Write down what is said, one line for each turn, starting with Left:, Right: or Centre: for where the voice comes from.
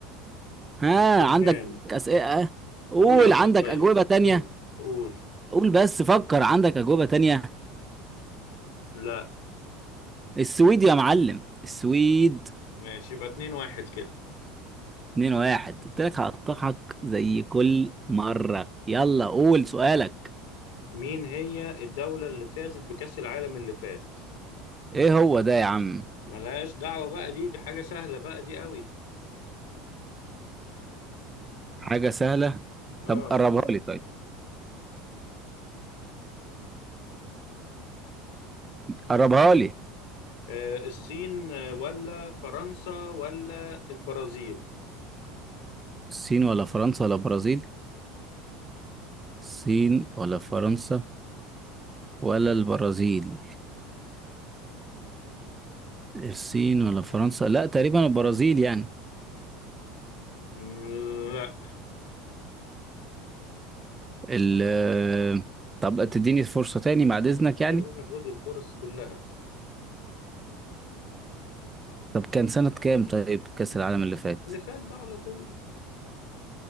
Right: ها
Left: اليونان
Right: عندك اسئله قول
Left: قول انت
Right: عندك
Left: طيب
Right: اجوبه تانية
Left: قول قول
Right: قول بس فكر عندك اجوبه تانية
Left: لا
Right: السويد يا معلم السويد
Left: ماشي يبقى 2 1 كده
Right: 2 واحد قلت لك هقطعك زي كل مره يلا قول سؤالك
Left: مين هي الدولة اللي فازت بكأس العالم اللي فات
Right: ايه هو ده يا عم
Left: ملهاش دعوة بقى دي دي حاجة سهلة بقى دي قوي
Right: حاجة سهلة
Left: اه
Right: طب قربها لي طيب قربها لي
Left: آه، الصين آه، ولا فرنسا ولا البرازيل
Right: الصين ولا فرنسا ولا برازيل الصين ولا فرنسا ولا البرازيل الصين ولا فرنسا لا تقريبا البرازيل يعني
Left: مم، لا
Right: ال آه، طب تديني فرصة تاني بعد إذنك يعني
Left: يا باشا خد الفرص كلها
Right: طب كان سنة كام طيب كأس العالم اللي فات
Left: اللي فات ده على طول